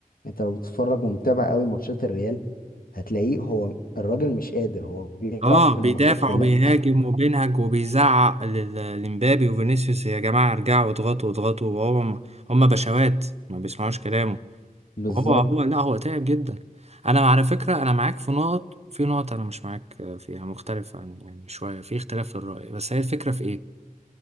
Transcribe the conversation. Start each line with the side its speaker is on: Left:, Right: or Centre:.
Left: انت لو بتتفرج ومتابع قوي ماتشات الريال هتلاقيه هو الراجل مش قادر هو بيلعب
Right: اه بيدافع
Left: الماتشات كلها
Right: وبيهاجم وبينهج وبيزعق لل- لمبابي وفينيسيوس يا جماعه ارجعوا اضغطوا اضغطوا وهو م- هم بشوات ما بيسمعوش كلامه
Left: بالظبط
Right: وهو هو لا هو تعب جدا انا على فكره انا معاك في نقط في نقط انا مش معاك فيها مختلف عن يعني شويه في اختلاف في الراي بس هي الفكره في ايه